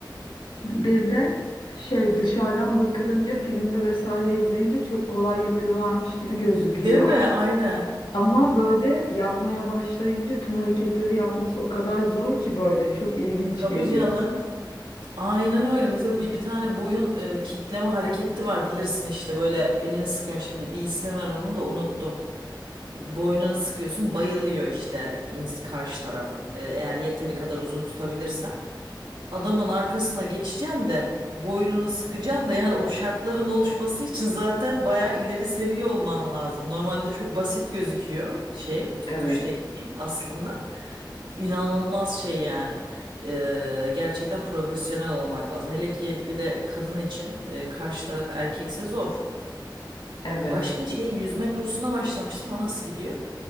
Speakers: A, on the left; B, on the right.
A: Bir de şey dışarıdan bakılınca filmde vesaire izleyince çok kolay yapıyorlarmış gibi gözüküyor.
B: Değil mi? Aynen.
A: Ama böyle yapmaya başlayınca tüm hareketleri yapması o kadar zor ki böyle çok ilginç
B: Tabii
A: geliyor.
B: canım. Aynen öyle. Mesela bir, bir tane boyun e, kitleme hareketi var bilirsin işte böyle elini sıkıyorsun şimdi bir ismi var onun da unuttum. Boynunu sıkıyorsun bayılıyor işte ins karşı taraf E, eğer yeteri kadar uzun tutabilirsen. adamın arkasına geçeceksin de boynunu sıkacaksın da yani o şartların oluşması için zaten bayağı ileri seviye olman lazım. Normalde çok basit gözüküyor şey tutuş
A: Evet,
B: tekniği aslında inanılmaz şey yani. Ee, gerçekten profesyonel olmak lazım. Hele ki bir de kadın için e, karşı taraf erkekse zor.
A: evet.
B: Başka şey yüzme kursuna başlamıştın. O nasıl gidiyor?